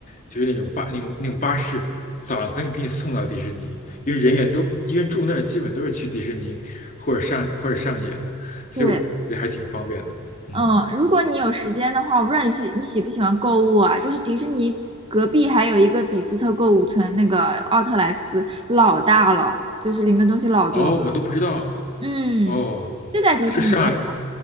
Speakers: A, on the left; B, on the right.
A: 就是那种巴那种那种巴士，早上可以给你送到迪士尼，因为人也都因为住那儿基本都是去迪士尼或者上或者上野的，所以我觉得还挺方便的。
B: 对，
A: 嗯，
B: 嗯，如果你有时间的话，我不知道你喜你喜不喜欢购物啊？就是迪士尼隔壁还有一个比斯特购物村，那个奥特莱斯老大了，就是里面东西老多了。
A: 哦，我都不知道，
B: 嗯，
A: 哦，
B: 就在迪士尼边上。
A: 是上海